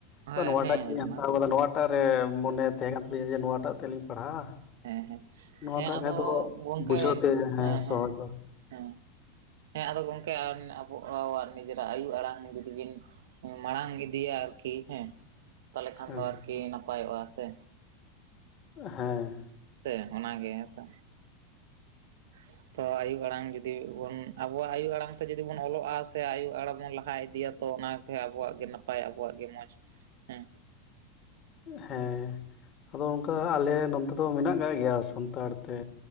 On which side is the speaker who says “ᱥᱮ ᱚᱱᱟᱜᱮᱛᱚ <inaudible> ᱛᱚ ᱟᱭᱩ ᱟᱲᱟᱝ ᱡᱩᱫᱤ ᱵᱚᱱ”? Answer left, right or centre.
Right